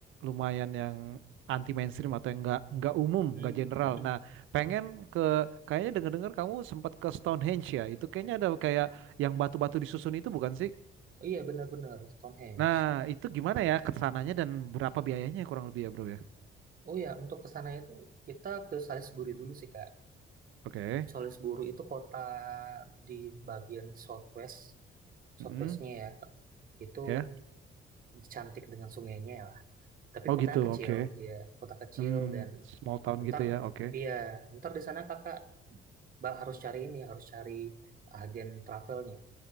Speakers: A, on the right (about 80°); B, on the right (about 45°).
A: lumayan yang anti mainstream atau yang nggak nggak umum,
B: hmm,
A: nggak general.
B: hmm, hmm,
A: Nah, pengen
B: hmm.
A: ke kayaknya dengar-dengar kamu sempat ke Stonehenge ya. Itu kayaknya ada kayak yang batu-batu disusun itu bukan sih?
B: Oh iya benar-benar Stonehenge.
A: Nah, itu gimana ya kesananya dan berapa biayanya kurang lebih ya bro ya?
B: Oh iya, untuk ke sana itu kita ke Salisbury dulu sih, Kak.
A: Oke,
B: Salisbury itu kota di bagian southwest, southwestnya
A: Mm-mm.
B: ya. Itu
A: Ya,
B: cantik dengan sungainya ya lah. Tapi
A: Oh
B: kotanya
A: gitu,
B: kecil,
A: oke.
B: ya, kota kecil
A: Hmm, small town
B: Ntar
A: gitu ya, oke.
B: dia, ntar di sana kakak ba- harus cari ini, harus cari agen travelnya